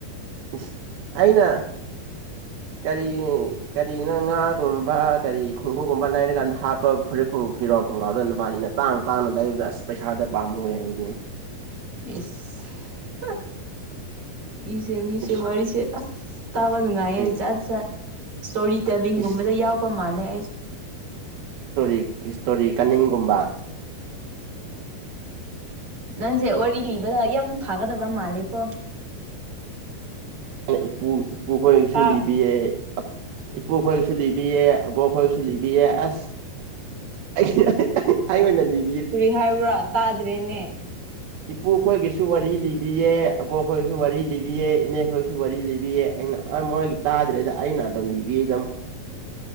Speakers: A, on the right; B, on the right.
A: ꯏꯁ ꯑꯩꯅ
B: <inaudible>
A: ꯀꯔꯤ ꯀꯔꯤꯅꯣ ꯉꯥꯒꯨꯝꯕ ꯀꯔꯤ ꯈꯨꯡꯒꯨꯞꯒꯨꯝꯕ ꯂꯩꯔꯀꯥꯟꯗ ꯍꯥꯞ ꯄ ꯐꯨꯔꯤꯠ ꯈꯨꯡ ꯐꯤꯔꯣ ꯈꯣꯡꯒꯥꯎꯗ ꯅꯨꯕꯥꯅꯤꯅ ꯇꯥꯡ ꯇꯥꯡꯅ ꯂꯩꯕꯗ ꯑꯁ ꯄꯩꯁꯥꯗ ꯄꯥꯝꯃꯨꯑꯦ ꯑꯩꯗꯤ
B: ꯏꯁ ꯍꯥ ꯃꯤꯁꯦ ꯃꯤꯁꯦ
A: ꯏꯁ
B: ꯃꯔꯤꯁꯦ ꯑꯁ- ꯇꯥꯕ ꯅꯨꯡꯉꯥꯏꯌꯦ
A: ꯀꯔꯤ
B: ꯖꯥꯠ ꯖꯥꯠ ꯏꯁꯇꯣꯔꯤ ꯇꯦꯂꯤꯡꯒꯨꯝꯕꯗ
A: ꯏꯁ
B: ꯌꯥꯎꯕ ꯃꯥꯜꯂꯦ ꯑꯩ
A: ꯏꯁꯇꯣꯔꯤ ꯏꯁꯇꯣꯔꯤ ꯀꯥꯅꯤꯡꯒꯨꯝꯕ
B: ꯅꯪꯁꯦ ꯋꯥꯔꯤ ꯂꯤꯕꯗ ꯌꯥꯝ ꯐꯥꯒꯗꯕ ꯃꯥꯜꯂꯦꯀꯣ
A: ꯏꯄꯨ ꯏꯄꯨꯈꯣꯏꯅꯁꯨ
B: ꯇꯥ
A: ꯂꯤꯕꯤꯌꯦ ꯏꯄꯨ ꯈꯣꯏꯒꯤꯁꯨ ꯂꯤꯕꯤꯌꯦ ꯑꯕꯣꯛ ꯈꯣꯏꯒꯤꯁꯨ ꯂꯤꯕꯤꯌꯦ ꯑꯁ <unintelligible> ꯑꯩ ꯑꯣꯏꯅ ꯂꯤ
B: ꯇꯨꯔꯤ ꯍꯥꯏꯕ꯭ꯔꯥ ꯇꯥꯗ꯭ꯔꯦꯅꯦ
A: ꯏꯄꯨ ꯈꯣꯏꯒꯤꯁꯨ ꯋꯥꯔꯤ ꯂꯤꯕꯤꯌꯦ ꯑꯕꯣꯛ ꯈꯣꯏꯒꯤꯁꯨ ꯋꯥꯔꯤ ꯂꯤꯕꯤꯌꯦ ꯏꯅꯦ ꯈꯣꯏꯁꯨ ꯁꯨ ꯋꯥꯔꯤ ꯂꯤꯕꯤꯌꯦ ꯑꯩꯅ ꯃꯣꯏꯒꯤ ꯇꯥꯗ꯭ꯔꯦꯗ ꯑꯩꯅ ꯑꯗꯨꯝ ꯂꯤꯕꯤꯌꯦꯗ